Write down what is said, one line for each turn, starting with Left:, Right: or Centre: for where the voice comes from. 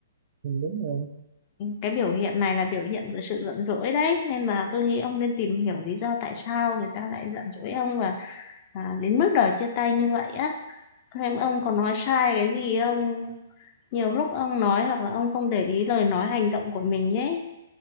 Right: Ừ, đúng rồi
Left: cái biểu hiện này là biểu hiện của sự giận dỗi đấy nên mà tôi nghĩ ông nên tìm hiểu lý do tại sao người ta lại giận dỗi ông và à, đến bước đòi chia tay như vậy á thêm ông có nói sai cái gì không nhiều lúc ông nói hoặc là ông không để ý lời nói hành động của mình ấy